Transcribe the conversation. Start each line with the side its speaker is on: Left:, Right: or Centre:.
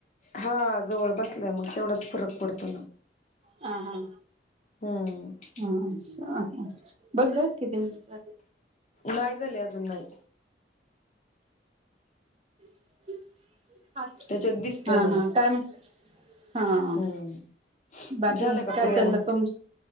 Left: हा जवळ बसल्याने मग तेवढाच फरक पडतो.
Right: ह हा
Left: हम्म
Right: हम्म बघग किती म-
Left: नाही झाले अजून नाही
Right: हो.
Left: त्याच्यात दिसत
Right: हा
Left: ना
Right: हा काय म्हता हा?
Left: हम्म
Right: बाकी
Left: झालं का
Right: काय
Left: पुऱ्या
Right: चाललं
Left: मग
Right: तुमच